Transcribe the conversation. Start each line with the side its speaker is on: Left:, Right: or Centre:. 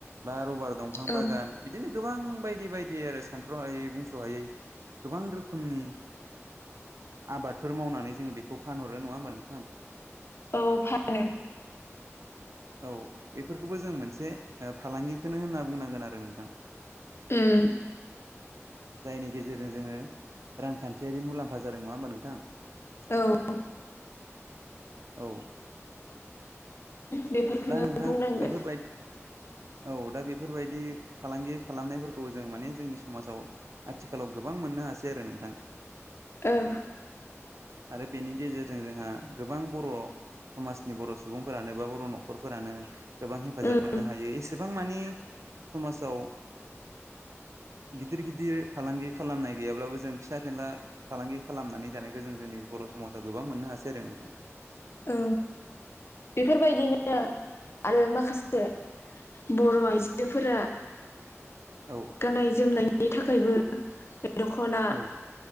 Right: बा रबार दंफां
Left: औ
Right: बागान बिदिनो गोबां बायदि बायदि आरो सानथ्र'हायै बुंस'हायै गोबां रोखोमनि आबादफोर मावनानै जोङो बेखौ फानहरो नङा होमबा नोंथां?
Left: औ फानो
Right: औ बेफोरखौबो जों मोनसे फालांगिखौनो होनना बुंनांगोन आरो नोंथां।
Left: उओ
Right: जायनि गेजेरजों जोङो रांखान्थियारि मुलाम्फा जादों नङा होमबा नोंथां?
Left: औ।
Right: औ।
Left: बेफोरखौनो
Right: दा नोंथां
Left: बुंनांगोन
Right: बेफोरबायदि औ दा बेफोरबायदि फालांगि खालामनायफोरखौ जों माने जोंनि समाजाव आथिखालाव गोबां मोननो हासै आरो नोंथां।
Left: औं।
Right: आरो बेनि गेजेरजों जोंहा गोबां बर' समाजनि बर' सुबुंफोरानो बाबो बर' न'खरफोरानो गोबां हेफाजाब
Left: उम
Right: मोननो हायो एसेबां मानि समाजाव गिदिर गिदिर फालांगि खालामनाय गैयाब्लाबो जों फिसा फेनला फालांगि खालामनानै जानायखौ जों जोंनि बर' समाजाव गोबां मोननो हासै आरो नोंथां।
Left: औ बेफोरबायदिनो आरो माखासे बर' आइजोफोरा
Right: औ
Left: गाननाय जोमनायनि थाखायबो बे दख'ना
Right: औ